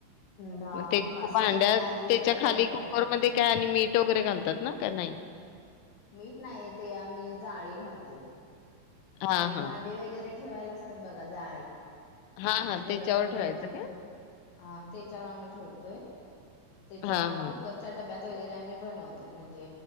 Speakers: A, on the left; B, on the left.
A: दहा
B: मग ते एक
A: पाच
B: भांड्यात
A: सहा मिनिटं आधी
B: त्याच्या
A: जरा
B: खाली
A: गरम करायला
B: कुकरमध्येध्ये
A: ठेवायच
B: काय आणि मीठ वगैरे घालतात ना काय नाही नाही
A: मीठ नाही ते आम्ही जाळी घालतोय
B: हा
A: ते
B: हा
A: भांडी वगैरे ठेवायला असतात बघ जाळी
B: हा हा
A: गरम
B: त्याच्यावर ठेवायचं
A: जेवण
B: काय
A: ठेव हा त्याच्यावर आम्ही ठेवतोय त्याच्या
B: हा
A: मग
B: हा
A: कुकरच्या डब्या वगैरे आम्ही बनवतोय म्हणजे